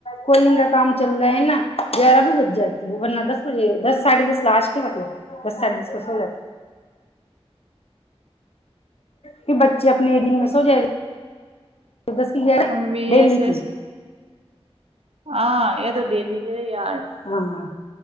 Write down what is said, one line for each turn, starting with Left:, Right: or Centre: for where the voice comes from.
Left: کول ڈنگ کا کام چل رہا ہے نا گیارہ بھی ب جاتی ہے ورنہ دس بجے دس سے سلاس کے مطلب بس س سو س ہو جات کہ بچے اپنے دن میں سو جائے گ جودستی یر
Right: ہم بھی
Left: ڈہلی
Right: ایسے
Left: کی
Right: ہاں یہ دو ڈیلی یار
Left: ہاں ہ